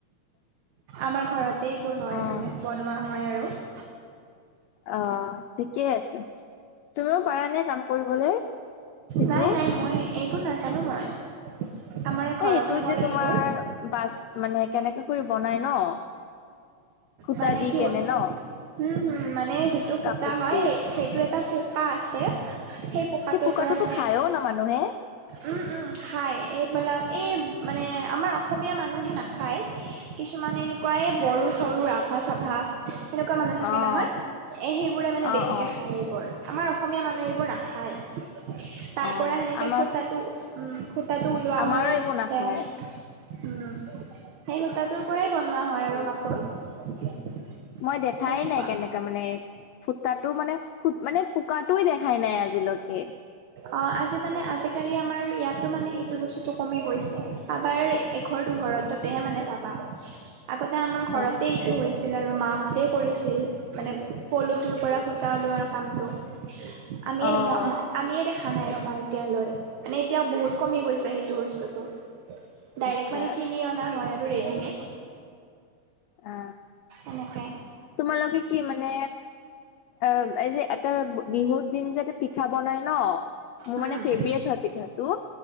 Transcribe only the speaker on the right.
আমাৰ ঘৰতে এইবোৰ হয়
মানে বনোৱা হয় আৰু৷
নাই-নাই মই এইবোৰ নাজানো মই৷ আমাৰ
ঘৰতহে
কৰে
এইবোৰ
মানে
কি
বস্তু
উম হম মানে যিটো সূতা
হয় সেইটো এটা পুকা আছে সেই পুকাটোৰ
পৰা মানে
উম - উম খাই এইবিলাক এই মানে আমাৰ অসমীয়া মানুহে নাখায়৷ কিছুমানে এনেকুৱা এ বড়ো চৰু ৰাভা চাভা৷ সেনেকুৱা মানুহ থাকে
নহয় এ সেইবোৰ মানে
বেছিকে
খায় এইবোৰ আমাৰ অসমীয়া মানুহে এইবোৰ না খাই তাৰ
পৰা সেনেকে
খুতাটো উ খু তাতো ওলোৱা
হয়
উম সেই সূতাটোৰ পৰাই বনোৱা হয় আৰু কাপোৰ৷
তেনেকুৱা
অ আজি মানে আজিকালি আমাৰ ইয়াতো মানে সেইটো বস্তুটো কমি গৈছে৷ কাবাৰ এঘৰ দুঘৰতহে মানে পাবা আগতে আমাৰ ঘৰতে
হৈছিল আৰু মাহঁতেই কৰিছিল৷ মানে পলুটোৰ পৰা সুতা ওলোৱাৰ কামতটো আমিয়ে
ম - ম আমিয়ে দেখা নাই ৰবা এতিয়ালৈ মানে এতিয়া বহুত কমি গৈছে সেইটো বস্তুটো৷ ডাইৰেক্ট
মানে কিনি অনা হয় আৰু ৰেডিমেড৷
এনেকে
উম